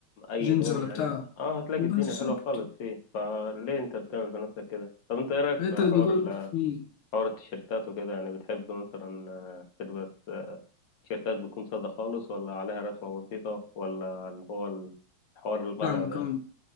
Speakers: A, on the left (about 50°); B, on the left (about 75°).
A: اي
B: جينز
A: لون
B: ولا
A: يعني
B: بتاع
A: اه هتلاقي
B: بس
A: الدنيا
B: بالظبط
A: حلوه خالص فيه فليه انت بتعمل في نفسك كده طب انت ايه رايك
B: انت
A: في
B: اللي
A: حوار
B: بتقول
A: ال-
B: مم،
A: حوار التيشيرتات وكده يعني بتحب مثلا آه، تلبس آه، تيشيرتات بتكون ساده خالص ولا عليها رسمه بسيطه ولا اللي هو الحوار اللي طالع
B: فاهمك
A: ده
B: أهو.